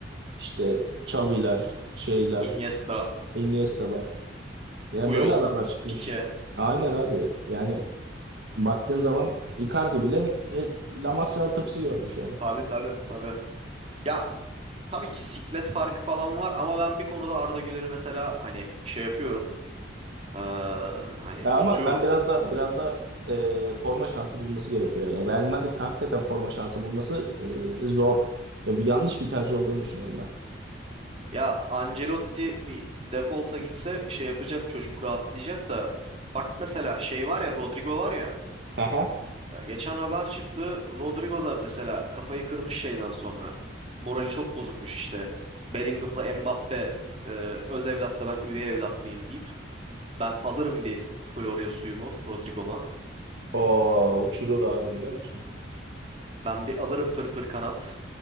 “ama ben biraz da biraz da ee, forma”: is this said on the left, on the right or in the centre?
Right